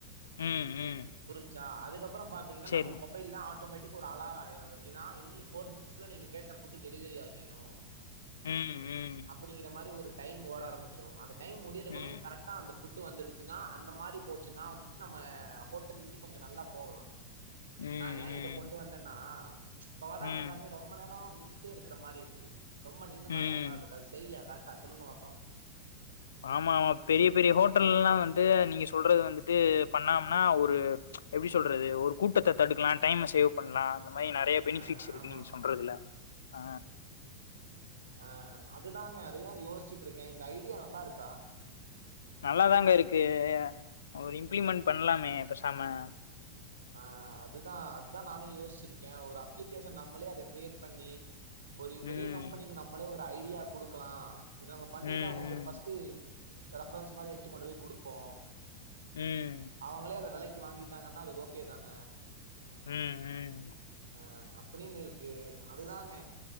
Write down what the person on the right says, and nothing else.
புரிஞ்சா அதுக்கப்றோ பாத்தீங்கனா
நம்ம மொ மொபைல்ல ஆட்டோமேட்டிக்கா ஒரு அலாரோ ஆயிரு எப்டின்னா இன்னி ஃபோர் மினிட்ஸ்ல நீங்க கேட்ட ஃபுட்டு டெலிவரி ஆகிரு
அப்டிங்கிற மாரி ஒரு டைம் ஓட ஆரம்மிச்சிரு அந்த டைம் முடியறதுகுள்ள
கரெக்ட்டா அந்த ஃபுட்டு் வந்துருச்சுன்னா அந்த மாரி போச்சுன்னா வந்துட்டு நம்ம ஹோட்டல் இன்னி கொஞ்ச நல்லா போகலா
நா ஏன்
இத கொண்டு வந்தன்னா இப்ப வரவங்க
எல்லாருமே ரொம் மப நேரோ நின்னுட்டே இருக்கற மாரி இருக்கு ரொம்ப நின்னு
வாங்குற மாரி இருக்கு அது செரியா கரெக்டா சொல்லுங்க பாப்போ
ஆ
ஆமாமா
அ அதுதாங்க அதையா யோசிட்டு இருக்க இந்த ஐடியா நல்லா இருக்கா
அ அதுதா அதுதா நானே யோசிச்சிருக்கே ஒரு அப்ளிகேஷன் நம்மளே அத கிரியேட் பண்ணி ஒரு பெரிய
கம்பெனிக்கு நம்மளே ஒரு ஐடியா குடுக்கலா இத நம்ம பண்ணிட்டு
அவங்களுக்கு
ஒரு ஃபர்ஸ்ட்டு ரெஃப்ரன்ஸ் மாரி எடுத்துக்கொண்டு போய் குடுப்போ
அவங்களே அத வெலைக்கி வாங்கிட்டாங்கன்னா அது ஓகே தான
அ அப்டின்னு இருக்கு அதுதாங்க